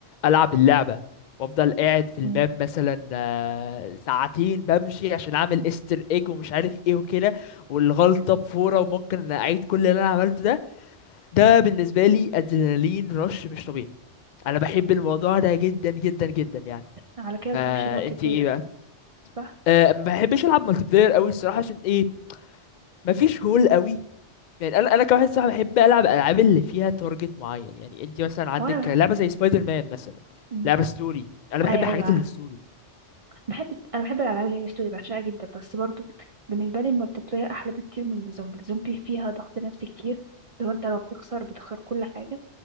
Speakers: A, on the left; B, on the right.
A: العب اللعبه وافضل قاعد في الماب
B: مم.
A: مثلا آه، ساعتين بمشي عشان اعمل استر ايج ومش عارف ايه وكده والغلطه بفوره وممكن اعيد كل اللي انا عملته ده ده بالنسبه لي ادرينالين رش مش طبيعي انا بحب الموضوع ده جدا جدا جدا يعني
B: على كده ما
A: فانت
B: بتحبش المالتي بلاير
A: ايه بقى
B: صح
A: أه ما بحبش العب مالتي بلاير قوي الصراحه عشان ايه مفيش جول قوي يعني انا انا كواحد صاحبي بحب العب العاب اللي فيها تارجت معين يعني انت مثلا عندك
B: هو انا بح...
A: لعبه زي سبايدر مان مثلا
B: مم.
A: لعبه ستوري انا بحب
B: اي
A: الحاجات
B: ايوه
A: اللي ستوري
B: بحب انا بحب الالعاب اللي هي ستوري بعشقها جدا بس برضو بالنسبه لي المالتي بلاير احلى بكتير من الزومبي الزومبي فيها ضغط نفسي كتير لو انت لو بتخسر بتخسر كل حاجه